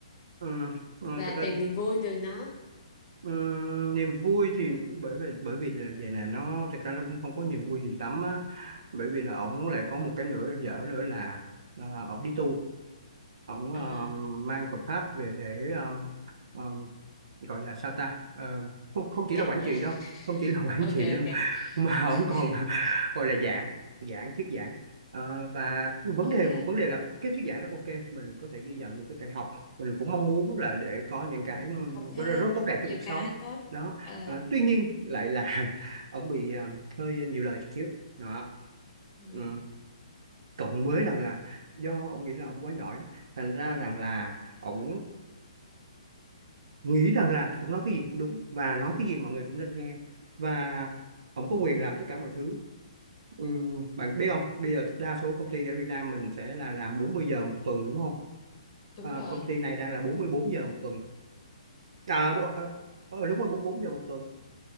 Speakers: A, on the right; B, on the left.
A: ừ, ừ,
B: và
A: thực ra
B: tìm
A: thì,
B: niềm vui từ nó
A: ừ, niềm vui thì bởi vì bởi vì là vậy nè nó thực ra nó cũng không có niềm vui gì lắm á bởi vì là ổng lại có một cái nữa dở nữa là à, ổng đi tu Ông um,
B: à
A: mang Phật pháp về để um, um, gọi là sao ta Um, không không chỉ
B: căng
A: là quản
B: vậy
A: trị đâu không
B: <laughs>
A: chỉ là <laughs> quản
B: ok
A: trị đâu
B: ok
A: <laughs> mà
B: <laughs>
A: ông còn <laughs> gọi là giảng giảng thuyết giảng Ờ, và vấn
B: ok
A: đề một vấn đề là cái thuyết giảng đó ok mình có thể ghi nhận mình có thể học mình cũng mong muốn là để có những
B: Ừm,
A: cái um,
B: học thêm
A: có rất tốt đẹp
B: nhiều
A: cho cuộc
B: cái
A: sống
B: tốt
A: đó
B: Ờ,
A: Ờ, tuy nhiên lại là <laughs> ông bị um, hơi nhiều lời chút xíu đó
B: Ừ,
A: Ừ, cộng với rằng là do ông nghĩ là ông quá giỏi thành ra rằng là ông nghĩ rằng là ông nói cái gì cũng đúng và nói cái gì mọi người cũng nên nghe và ông có quyền làm tất cả mọi thứ Ừm, bạn biết không bây giờ đa số công ty ở Việt Nam mình sẽ là làm 40 giờ một tuần đúng không
B: đúng
A: à,
B: rồi
A: công ty này đang là bốn mươi bốn giờ một tuần à, bộ, ờ, ờ, đúng rồi 44 giờ một tuần